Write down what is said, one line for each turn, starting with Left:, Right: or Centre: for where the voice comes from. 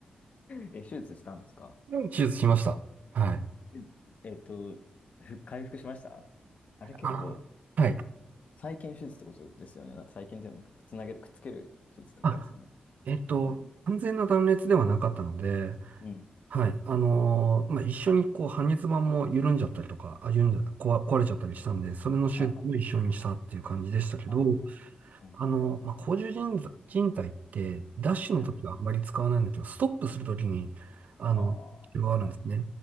Left: え、手術したんですか
Right: 手術しました。はい。
Left: え、えっと、ふ回復しましたあれ結構、
Right: あ、はい。
Left: 再建手術ってことですよね。な再建っていうのつなげる、くっつける手術ってことですよね。
Right: あ、えっと、
Left: 人体。
Right: 完全な断裂ではなかったので、
Left: うん。
Right: はい。あのーまあ、一緒にこう、半月板も緩んじゃったりとか、あ、緩んじゃ、壊、壊れちゃったりしたんで、それの修復も一緒にしたっていう感じでしたけど、
Left: はあはああ、うん。
Right: あのーまあ、甲冑人人体って、ダッシュの時はあんまり使わないんだけど、
Left: うん。
Right: ストップする時に、あの、
Left: ああ、
Right: 必要があるんですね。
Left: はい。